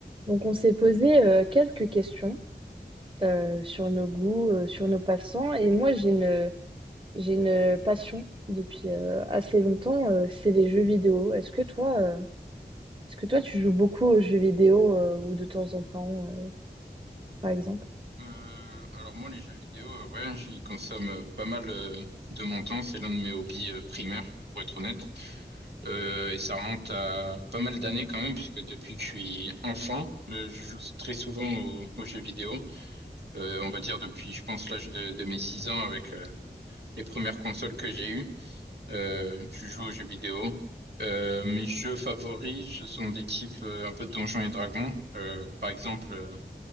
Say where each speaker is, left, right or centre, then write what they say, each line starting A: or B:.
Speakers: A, on the right; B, on the right.
A: Donc, on s'est posé euh, quelques questions euh, sur nos goûts, euh, sur nos passants. Et moi, j'ai une, j'ai une passion depuis euh, assez longtemps, euh, c'est les jeux vidéo. Est-ce que toi, euh, est-ce que toi, tu joues beaucoup aux jeux vidéo euh, ou de temps en temps, euh, par exemple?
B: Euh, alors moi les jeux vidéo, euh, ouais, j'y consomme euh, pas mal euh, de mon temps. C'est l'un de mes hobbies euh, primaires, pour être honnête. Euh, et ça remonte à pas mal d'années quand même, puisque depuis que je suis enfant, euh, je joue très souvent aux, aux jeux vidéo. Euh, on va dire depuis, je pense, l'âge de, de mes 6 ans avec euh, les premières consoles que j'ai eues. Euh, je joue aux jeux vidéo. Euh, mes jeux favoris, ce sont des types euh, un peu de Donjons et Dragons. Euh, par exemple, euh,